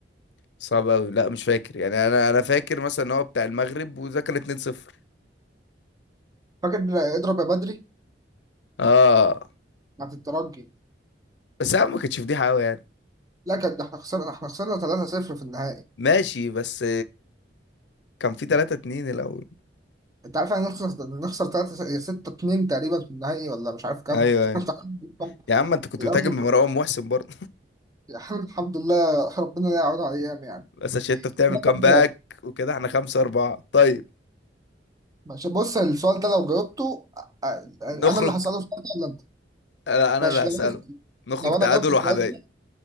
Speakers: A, on the left; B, on the right.
A: صعب قوي لا مش فاكر يعني انا انا فاكر مثلا ان هو بتاع المغرب وده كان 2-0
B: فاكر اضرب يا بدري
A: اه
B: بتاعت الترجي
A: بس يا عم ما كانتش فضيحه قوي يعني
B: لا كان ده احنا خسرنا احنا خسرنا 3-0 في النهائي
A: ماشي بس كان في 3 2 الاول
B: انت عارف يعني إيه نخسر نخسر 3 6 2 تقريبا في النهائي ولا مش عارف كام
A: ايوه
B: <laughs>
A: ايوه
B: انت عارف كام؟
A: يا عم انت كنت
B: الاهلي
A: بتهاجم بمروان محسن برضه
B: يعني الحمد لله ربنا لا يعود على الايام يعني
A: بس عشان انت بتعمل
B: لا،
A: كامباك
B: طب كده.
A: وكده احنا 5 4 طيب
B: ماشي بص السؤال ده لو جاوبته أ- انا
A: نخرج
B: اللي هسأله السؤال ده ولا انت
A: انا انا
B: ماشي
A: اللي
B: لو
A: هسأله
B: انا
A: نخرج
B: لو
A: تعادل
B: انا جاوبت السؤال
A: وحبايب
B: ده